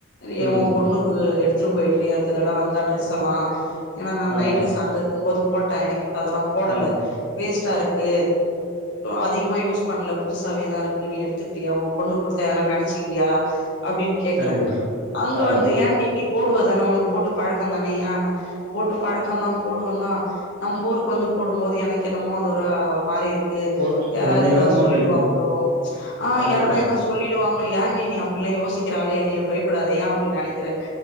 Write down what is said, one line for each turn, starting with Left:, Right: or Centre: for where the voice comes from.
Left: ஏய்
Right: ம்.
Left: ஒ பொண்ணுக்கு எடுத்துட்டு போயிடுறி அடுத்த தட வந்தா ட்ரெஸ் எல்லா ஏன்னா நா
Right: ஆ,
Left: நைட் ட்ரெஸ் அங்க இருக்கு போது போட்டே எனக்கு இப்ப அதெல்லா போடல
Right: ஆ,
Left: வேஸ்ட்டா இருக்கு அதிகமா யூஸ் பண்ணல புதுசாவேதா இருக்கு நீ எடுத்துக்கிறியா ஒ பொண்ணுக்கு கொடுத்தான ஏதா நெனச்சிக்கிவியா அப்டின் கேக்குறே
Right: கண்டிப்பா.
Left: அங்க
Right: ஆ,
Left: வந்து ஏ டி நீ போடுவ தானே உனக்கு போட்டு பழக்கம் தானே ஏ ‍போட்டு பழக்கோ தா போடுவதா நம்ம ஊருக்கு வந்து போடும் போது எனக்கு என்னமோ அது ஒரு மாரி இருக்கு
Right: ஒரு
Left: யாராவது
Right: ஒரு விகாரமா
Left: ஏதாவது சொல்லிடுவாங்களோ
Right: தெரியும்.
Left: ச் ஆ
Right: கண்டிப்பா.
Left: யார ஏத சொல்லிடுவாங்களோ எ நீ அப்டில்லா யோசிக்கிற ஆளே இல்லையே பயப்படாத ஏ அப்டி நெனைக்கிற